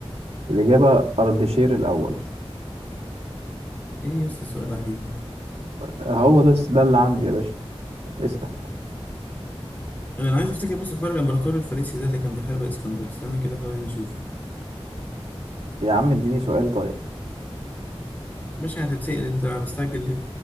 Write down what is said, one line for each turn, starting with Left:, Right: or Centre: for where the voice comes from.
Right: الاجابه اردشير الاول
Left: إيه يا أسطى السؤال العجيب ده؟
Right: هو ده ده اللي عندي يا باشا اسال
Left: أنا عايز أفتكر بس حوار الإمبراطور الفارسي ده اللي كان بيحارب الإسكندر، استنى كده حاول أشوف،
Right: يا عم اديني سؤال طيب
Left: باشا هتتسأل أنت أنا مستعجل ليه؟